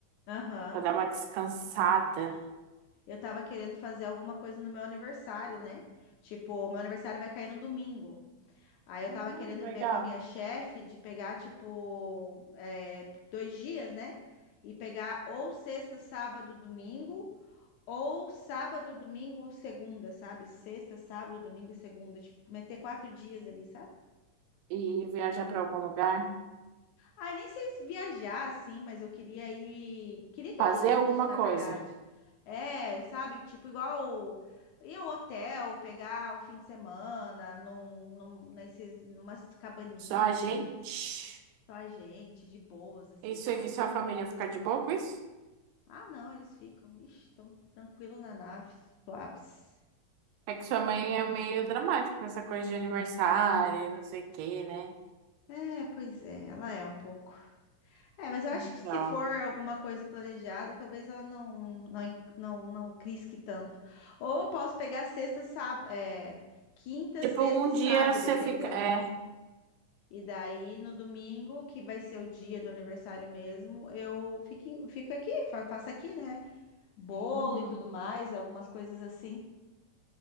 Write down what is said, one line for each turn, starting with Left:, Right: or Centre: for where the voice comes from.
Left: Aham.
Right: pra dar uma descansada.
Left: Eu tava querendo fazer alguma coisa no meu aniversário, né? Tipo, meu aniversário vai cair no domingo. Aí eu
Right: Hum,
Left: tava querendo
Right: legal.
Left: ver com a minha chefe de pegar, tipo, é, dois dias, né? E pegar ou sexta, sábado, domingo, ou sábado, domingo, segunda, sabe? Sexta, sábado, domingo e segunda. Tipo, meter quatro dias ali, sabe?
Right: E viajar pra algum lugar,
Left: Ah, nem sei se viajar assim, mas eu queria ir. Queria que
Right: fazer
Left: a gente
Right: alguma
Left: fosse, na
Right: coisa.
Left: verdade. É, sabe? Tipo, igual ir ao hotel, pegar um fim de semana num, num, nesses, numas cabaninhas,
Right: Só a gente.
Left: só a gente, de boas, assim,
Right: Isso
Left: sabe?
Right: aqui, sua
Left: Tipo,
Right: família ficar de boa com isso?
Left: ah, não, eles ficam, ixi, tão tranquilo na nave, suaves.
Right: É que sua mãe é meio dramática pra essa coisa de aniversário, e não sei o quê, né?
Left: É, pois é, ela é um pouco. É, mas eu acho
Right: Então,
Left: que se for alguma coisa planejada, talvez ela não não não, não crisque tanto. Ou eu posso pegar sexta, sábado, é, quinta,
Right: tipo,
Left: sexta
Right: um
Left: e sábado,
Right: dia você
Left: entendeu?
Right: fica. É.
Left: E daí no domingo, que vai ser o dia do aniversário mesmo, eu fico, em- fico aqui, fa- faço aqui, né? Bolo
Right: uhum.
Left: e tudo mais, algumas coisas assim.